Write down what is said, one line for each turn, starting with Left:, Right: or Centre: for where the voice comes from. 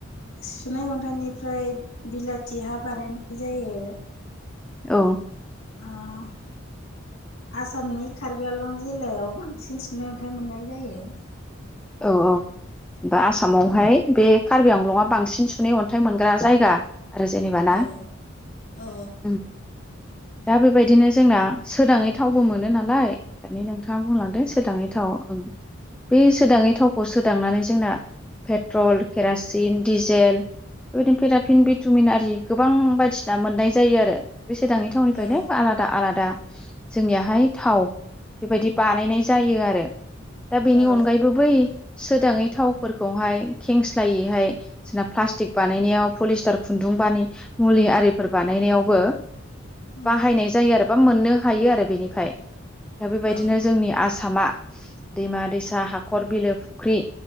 Left: सुनै अन्थाइनिफ्राय बिलाथि हा बानायनाय जायो।
Centre: औ
Left: ओ आसामनि कार्बि आलं जिल्लायाव बांसिन सुनैय अन्थाइ मोननाय जायो।
Centre: औ औ बा आसामावहाय बे कार्बि आंलंआ बांसिन सुनै अन्थाइ मोनग्रा जायगा। आरो जेनेबा ना
Left: औ औ
Centre: उम दा बेबायदिनो जोंना सोदाङै थावबो मोनो नालाय दानि नोंथाङा बुंलांदों सोरोदाङै - थाव बे सोदाङै थावखौ सोदांनानै जोंना पेट्रल केरासिन डिजेल। बेबायदिनो पेराफिन भिटामिन आरि गोबां बायदिसिना मोननाय जायो आरो बे सोदाङि थाउनिफायलै
Left: औ
Centre: आलादा आलादा जोंनियाहाय थाव बेबायदि बानायनाय जायो आरो दा
Left: औ
Centre: बेनि अनगायै फोयै सोदाङै थावफोरखौहाय खेंस्लायैहाय जोंना प्लास्टिक बानायनायाव फलिस टार खुन्दुंबानि मुलि आरिफोर बानायनायावबो
Left: उम
Centre: बाहायनाय जायो आरो बा मोननो हायो आरो बेनिफाय दा बेबायदिनो
Left: औ
Centre: जोंनि आस ामा दैमा दैसा हा खर बिलो फुख्रि